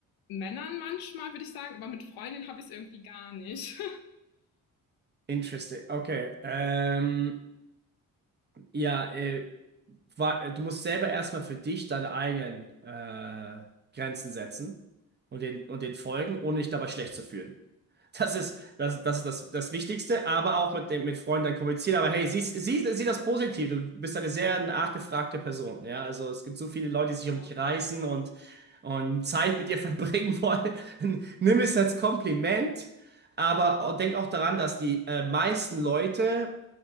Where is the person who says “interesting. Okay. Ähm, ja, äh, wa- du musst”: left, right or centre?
Right